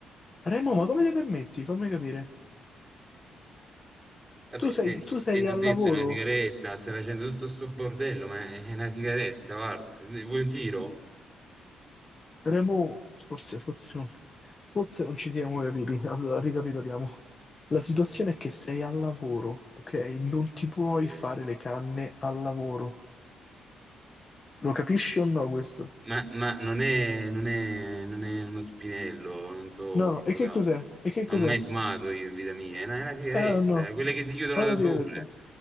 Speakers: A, on the left; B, on the right.
A: Remo, ma come ti permetti? Fammi capire.
B: Vabbè,
A: Tu sei,
B: senti,
A: tu sei
B: e ti
A: al
B: ho detto
A: lavoro,
B: è una sigaretta, stai facendo tutto sto bordello, ma è una sigaretta, guarda, Ne- vuoi un tiro?
A: Remo, forse, forse non, forse non ci siamo capiti, allora ricapitoliamo. La situazione è che sei al lavoro, ok? Non ti puoi
B: Sì.
A: fare le canne al lavoro. Lo capisci o no questo?
B: Ma, ma- ma non è, non è, non è uno spinello, non so
A: No,
B: che cosa...
A: e che cos'è? E che
B: Non
A: cos'è?
B: ho mai fumato io in vita mia, è una, è una sigaretta,
A: Ah, no,
B: quelle che si chiudono
A: è una
B: da sole,
A: sigaretta.